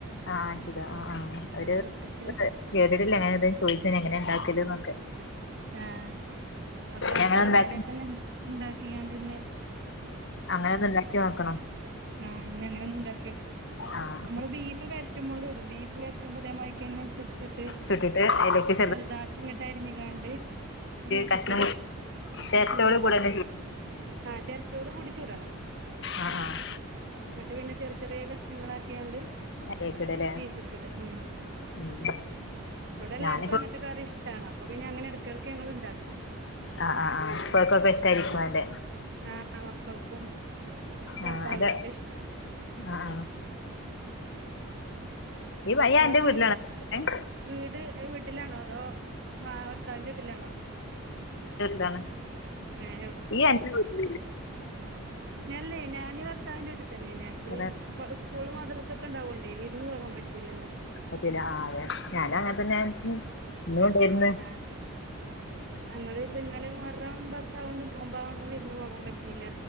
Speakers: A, on the left; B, on the right.
A: ആഹ ചെയ്ത് ആ ആ അവര്
B: ചുട്ടിട്ട്
A: കേട്ടട്ടില്ല അങ്ങനെ എന്തേ ചോയ്ച്ചിന് എങ്ങനെ ഇണ്ടാക്കല് ന്നൊക്കെ
B: ആഹ അപ്പൊ ഞങ്ങള്
A: അങ്ങനെ ഉണ്ടാക്കി
B: അങ്ങനെയൊക്കെ ന്ന് ഇണ്ടാക്കിആണ്ട് ന്ന്
A: അങ്ങനെ ഒന്ന് ഉണ്ടാക്കി നോക്കണം
B: ആഹ് അങ്ങനെ ഒന്ന് ഉണ്ടാക്കിയോക്ക്
A: ആഹ്
B: നമ്മള് ബീഫ് വര്റ്റുമ്പോളും ഇടും ബീഫ് വറ്റുമ്പോ തേ മാരിക്കെന്നെ ചുട്ട്ട്ട്
A: ചുട്ടിട്ട് അതിലേക്ക്
B: ചെറുതാക്കി ഇങ്ങട്ടറിഞ്ഞി താണ്ട് ബീഫ്ക്ക്
A: കഷ്ണം
B: ഇടാ. കഷ്ണം
A: ചേരട്ടോട്
B: ചെറുതാ
A: കൂടെ തന്നെ ചുടും
B: ആഹ ചെരട്ടോട് കൂടിച്ചുടണം
A: ആഹ് ആഹ്
B: ന്നിട്ട് പിന്നെ ചെറിയ ചെറിയ കഷ്ണങ്ങളാക്കിയാണ്ട്
A: അതിലേക്ക് ഇടല്ലേ
B: ബീഫക്ക് ഇടാ ഉം.
A: ഉം
B: ഇവിടെ എല്ലാർക്കും
A: ഞാനിപ്പോ
B: അങ്ങനത്തെ കറി ഇഷ്ടാണ് പോപിന്നെ അങ്ങനെ എടക്കെടക്ക് ഞങ്ങള് ഇണ്ടാക്കും.
A: ആഹ് ആഹ് ആഹ് ഇപ്പക്കൊക്കെ ഇഷ്ടായിരിക്കും അന്റെ
B: ആ മക്കൾക്കും ഭർത്താവിനൊക്കെ
A: ആഹ് അന്റെ
B: ഇഷ്ടാ
A: ആഹ് ആഹ് ഈ വയ്യ എന്റെ
B: വീ
A: വീട്ടിലാട്ക്ക്ണ്
B: വീട് വീട്ടിലാണോ അതോ മാ ഭർത്താവിൻന്റെ വീട്ടിലാണോ
A: ലാണ്
B: ഏ
A: ഈയ്യഅന്റെ വീടില്
B: അല്ലേ ഞാന് ഭർത്താവിന്റെറെ വീട്ട്തന്നെണ് ഞക്ക്
A: ഇവിടെ
B: സ്കൂള് മദ്രസ ഒക്കെ ഉണ്ടാവോണ്ടേ വിരുന്നു പോകാൻ പറ്റൂല്ലല്ലോ
A: പറ്റുല ആ അതെ ഞാന അങ്ങനെ തന്നെ ഇന്നുണ്ടെര്ന്ന്
B: ആ ഞങ്ങള് പ്പൊ ഇന്നാലെ മുഹരം പത്തു പത്താകോണ്ടും ഒമ്പാതാകോണ്ടും വിര്ന്ന് പോകാപറ്റീല്ല